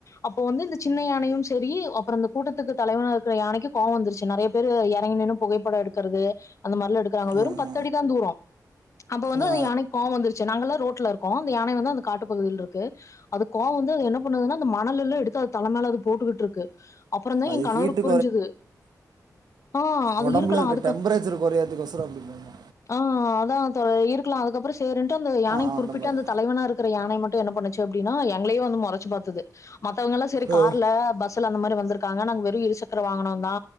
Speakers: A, on the left; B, on the right.
A: அப்போ வந்து இந்த சின்ன யானையும் செரி அப்பறோ இந்த கூட்டத்துக்கு தலைவனா இருக்கிற யானைக்கு கோவோ வந்துருச்சி நெறைய பேரு இறங்கி நின்னு புகைப்படோ எடுக்குறது அந்த மாரிலா எடுக்குறாங்க வெறும்
B: ஆ
A: பத்
B: ஆ
A: அடி தா தூரோ அப்ப வந்து
B: ஆ
A: அந்த யானைக்கி கோவோ வந்துருச்சி நாங்க எல்லா ரோட்ல இருக் கோ அந்த யானை வந்து அந்த காட்டு பகுதில இருக்கு அதுக்கு கோவோ வந்து என்ன பண்ணுதுன்னா அந்த மணலு எல்லா எடுத்து அது தல மேல அது போட் போட்ருக்கு அப்பறோந்தா
B: அது
A: ஏ கணவருக்கு
B: ஹீட்டு
A: புரிஞ்சது ஆ அது
B: ஒடம்புல
A: இருக்கலா
B: இருக்க
A: அதுக்கு
B: டெம்பரேச்சர் கொறையரத்துக் கோசரோ அப்டி பண்ணு
A: ஆ அதா தோழரே இருக்கலா அதுக்கப்பறோ சேரின்ட்டு அந்த யானையு
B: ஆ,
A: குறிப்பிட்டு
B: மாதிரி
A: அந்த தலைவனா இருக்குற யானை மட்டு என்ன பண்ணு ஆச்சி அப்டின்னா எங்கலயே வந்து முறைச்சி பாத்தது மத்தவங்கயெல்லா செரி
B: ஆ,
A: கார்ல பஸ்ல அந்த மாரி வந் துருக்காங்க நாங்க வெறு இருசக்கர வாகனோ தா